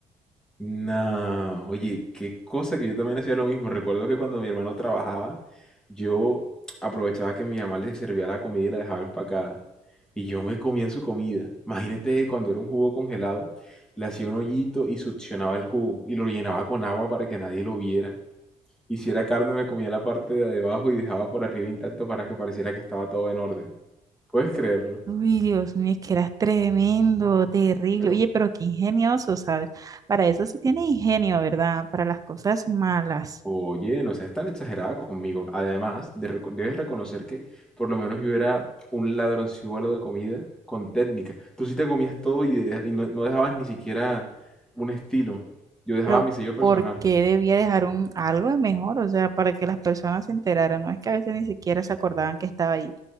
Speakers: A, in the centre; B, on the right.
A: Nah, oye, qué cosa que yo también hacía lo mismo. Recuerdo que cuando mi hermano trabajaba, yo aprovechaba que mi mamá le servía la comida y la dejaba empacada. Y yo me comía su comida. Imagínate cuando era un jugo congelado, le hacía un hoyito y succionaba el jugo y lo llenaba con agua para que nadie lo viera. Y si era carne, me comía la parte de abajo y dejaba por arriba intacto para que pareciera que estaba todo en orden. ¿Puedes creerlo?
B: Uy, Dios mío, es que eras tremendo, terrible.
A: Pero
B: Oye, pero qué ingenioso, ¿sabes? Para eso sí tiene ingenio, ¿verdad? Para las cosas malas.
A: Oye, no seas tan exagerada conmigo. Además, de reco- debes reconocer que por lo menos yo era un ladronzuelo de comida con técnica. Tú sí te comías todo y, de- y no, no dejabas ni siquiera un estilo. Yo dejaba
B: Pero
A: mi sello personal.
B: ¿por qué debía dejar un, algo de mejor? O sea, para que las personas se enteraran. No es que a veces ni siquiera se acordaban que estaba ahí.